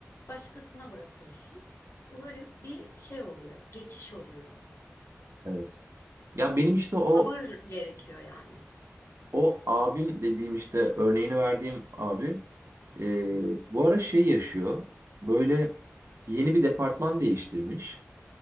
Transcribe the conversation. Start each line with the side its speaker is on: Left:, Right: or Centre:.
Left: başkasına bırakıyorsun. Bu böyle bir şey oluyor, geçiş oluyor.
Right: Evet. Ya benim işte o
Left: Sabır gerekiyor yani.
Right: O abim dediğim işte örneğini verdiğim abi e,
Left: Hı hı.
Right: bu ara şey yaşıyor. Böyle yeni bir departman değiştirmiş.